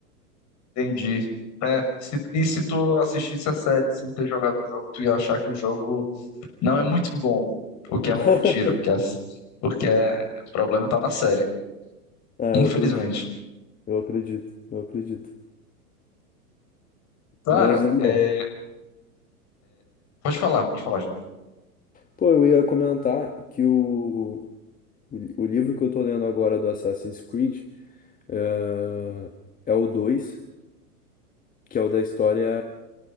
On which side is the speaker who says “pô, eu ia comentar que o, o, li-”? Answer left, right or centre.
Left